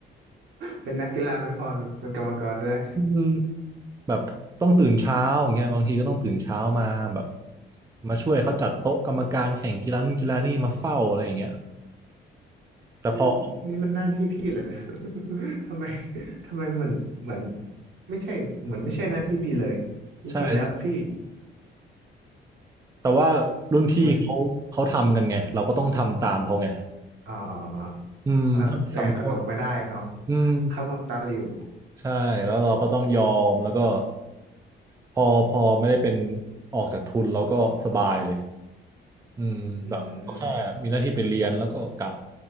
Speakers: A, on the right; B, on the right.
A: เป็นนักกีฬาไม่พอเป็นกรรมกรด้วย
B: อืม แบบต้องตื่นเช้าอย่างเงี้ยบางทีก็ต้องตื่นเช้ามาแบบมาช่วยเขาจัดโต๊ะกรรมการแข่งกีฬานู่นกีฬานี่มาเฝ้าอะไรอย่างเงี้ยแต่พอ
A: <laughs> นี่มันหน้าที่พี่เหรอนะ <laughs> ทำไม <laughs> ทำไมเหมือนเหมือนไม่ใช่เหมือนไม่ใช่หน้าที่พี่เลยจริงๆแล้วพี่
B: ใช่แต่ว่ารุ่นพี่เขาเขาทำกันไงเราก็ต้องทำตามเขาไง
A: มันอ๋อ
B: อืมถ้าไม่ทำก็
A: ว่าแหวกขนบไม่ได้เนาะ
B: อืม
A: เข้าวังตาหลิว
B: ใช่แล้วเราก็ต้องยอมแล้วก็พอพอไม่ได้เป็นออกจากทุนเราก็สบายเลยอืมแบบก็แค่มีหน้าที่ไปเรียนแล้วก็กลับ
A: อืม